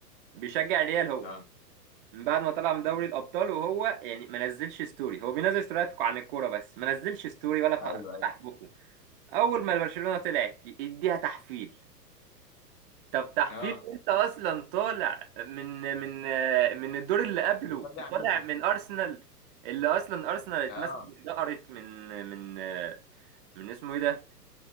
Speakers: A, on the right; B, on the left.
A: بيشجع ريال هو
B: اه
A: من بعد ما طلع من دوري الابطال وهو يعني ما نزلش ستوري هو بينزل ستوريات عن الكوره بس ما نزلش ستوري ولا ف-
B: ايوه
A: فتح
B: ايوه
A: بقه اول ما برشلونه طلعت يديها تحفيل طب تحفيل
B: اه
A: انت اصلا طالع من من من الدور اللي قبله
B: بيشجع
A: وطالع
B: مين ده
A: من ارسنال اللي اصلا ارسنال اتمسكت
B: اه
A: اتدقرت من من من اسمه ايه ده